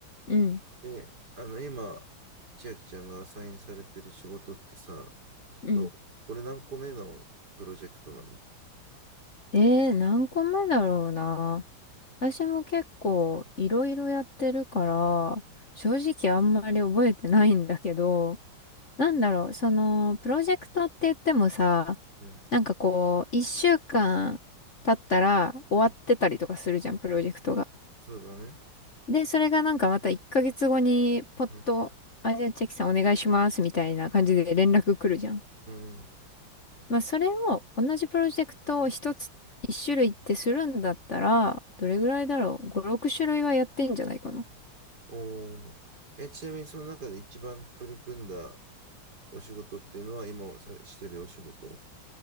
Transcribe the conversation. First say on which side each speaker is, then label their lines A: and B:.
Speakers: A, on the left; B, on the right.
A: うん、
B: で、あの、今、千秋ちゃんがアサインされてる仕事ってさ、
A: うん。
B: どうこれ何個目のプロジェクトなの
A: えー、何個目だろうな。私も結構いろいろやってるから、正直あんまり覚えてないんだけど、なんだろう、その、プロジェクトって言ってもさ、
B: うん、
A: なんかこう、一週間経ったら終わってたりとかするじゃん、
B: うん、
A: プロジェクトが。
B: そうだね。
A: で、それがなんかまた1ヶ月後に、ポッと、
B: うん、
A: あ、じゃあチェキさんお願いします、みたいな感じで連絡来るじゃん。
B: うん。
A: まあ、それを、同じプロジェクトを一つ、一種類ってするんだったら、どれぐらいだろう ?5、6種類はやってんじゃないかな。
B: おーえ、ちなみにその中で一番取り組んだお仕事っていうのは今され、してるお仕事お